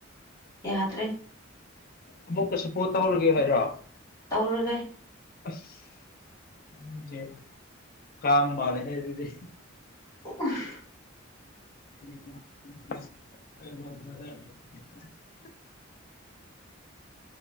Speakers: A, on the left; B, on the left.
A: ꯌꯥꯗ꯭ꯔꯦ
B: ꯑꯃꯨꯛꯀꯁꯨ ꯄꯣꯠ ꯇꯧꯔꯒꯦ ꯍꯥꯏꯔꯣ
A: ꯇꯧꯔꯒꯦ
B: ꯑꯁ ꯅꯡꯖꯦ ꯀꯥꯡ ꯃꯥꯜꯂꯦꯍꯦ ꯑꯗꯨꯗꯤ
A: <inaudible>
B: <inaudible>